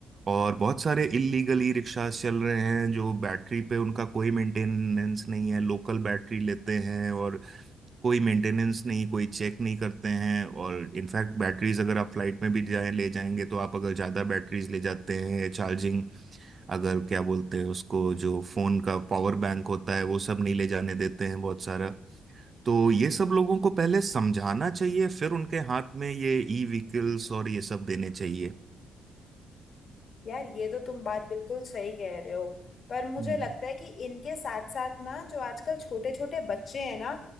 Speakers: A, on the right (about 40°); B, on the left (about 50°).
A: और बहुत सारे इलीगली रिक्शा चल रहे हैं जो बैटरी पे उनका कोई मेंटेनेंस नहीं है लोकल बैटरी लेते हैं और कोई मेंटेनेंस नहीं कोई चेक नहीं करते हैं और इनफैक्ट बैटरीज अगर आप फ्लाइट में भी जाएं ले जाएंगे तो आप अगर ज़्यादा बैटरीज ले जाते हैं चार्जिंग अगर क्या बोलते हैं उसको जो फ़ोन का पावर बैंक होता है वो सब नहीं ले जाने देते हैं बहुत सारा तो ये सब लोगों को पहले समझाना चाहिए फिर उनके हाथ में ये ई व्हीकल्स और ये सब देने चाहिए
B: यार ये तो तुम बात बिल्कुल सही कह रहे हो पर मुझे
A: हम्म
B: लगता है कि इनके साथ साथ ना जो आजकल छोटे छोटे बच्चे हैं ना